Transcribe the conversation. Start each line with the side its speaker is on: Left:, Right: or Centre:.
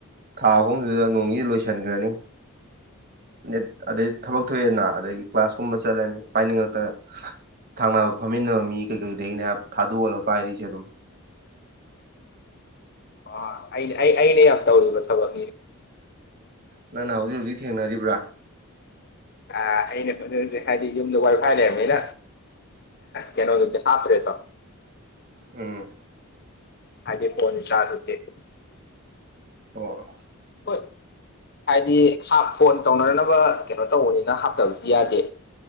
Right: ꯊꯥ ꯑꯍꯨꯝꯗꯨꯗ ꯅꯣꯡꯅꯤꯅꯤꯗ ꯂꯣꯏꯁꯤꯟꯈ꯭ꯔꯅꯤ ꯅꯦꯠ ꯑꯗꯩ ꯊꯕꯛ ꯊꯣꯛꯑꯦꯅ ꯑꯗꯩꯩꯒꯤ ꯀ꯭ꯂꯥꯁ ꯀꯨꯝꯕ ꯆꯠꯂꯅꯤ ꯄꯥꯏꯅꯤꯡꯉꯛꯇꯅ ꯊꯥꯡꯅꯕ ꯐꯝꯃꯤꯟꯅꯕ ꯃꯤ ꯀꯩꯀꯩꯗꯒꯤꯅꯦ ꯍꯥꯏꯕ ꯊꯥꯗꯣꯛꯍꯜꯂꯒ ꯄꯥꯏꯔꯤꯁꯦ ꯑꯗꯨꯝ
Left: ꯑ ꯑꯩꯅ ꯑꯩꯅ ꯌꯥꯝ ꯇꯧꯔꯤꯕ ꯊꯕꯛꯅꯤ
Right: ꯅꯪꯅ ꯍꯧꯖꯤꯛ ꯍꯧꯖꯤꯛ ꯊꯦꯡꯅꯔꯤꯕ꯭ꯔꯥ
Left: ꯑ ꯑꯩꯅ ꯈꯣꯠꯅꯔꯁꯦ ꯍꯥꯏꯗꯤ ꯌꯨꯝꯗ ꯋꯥꯔꯤ ꯐꯥꯏ ꯂꯩꯔꯝꯅꯤꯅ <unintelligible> ꯀꯩꯅꯣꯗꯨꯗꯤ ꯍꯥꯞꯇ꯭ꯔꯦꯗꯣ
Right: ꯎꯝ
Left: ꯍꯥꯏꯖꯤꯗꯤ ꯐꯣꯟ ꯆꯔꯁ <unintelligible>
Right: ꯑꯣ
Left: ꯍꯣꯏ ꯍꯥꯏꯗꯤ ꯍꯥꯞ ꯐꯣꯟ ꯇꯧꯅꯅꯕ ꯀꯩꯅꯣ ꯇꯧꯕꯅꯤꯅ ꯍꯥꯞꯇꯕꯗꯤ ꯌꯥꯗꯦ